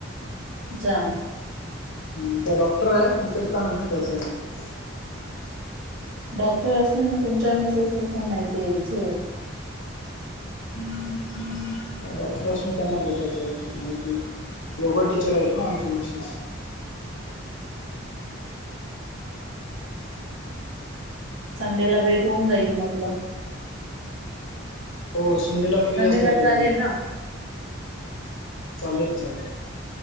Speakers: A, on the right; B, on the left.
A: जा
B: हम्म त्या डॉक्टर आहे नंतरी त्यांना भेटायचं आहे
A: डॉक्टर असून तुमच्या मेसेज पासून माहिती घ्यायची.
B: <inaudible> डॉक्टर असून त्यांना भेटायचं आहे माहिती योगा टीचर आहेत ना आमचे मिशेस.
A: संडेला भेट होऊन जाईल म्हटलं
B: हो संडेला फ्री
A: संडेला
B: असतात
A: चालेल
B: एकदम.
A: ना
B: चालेल चालेल.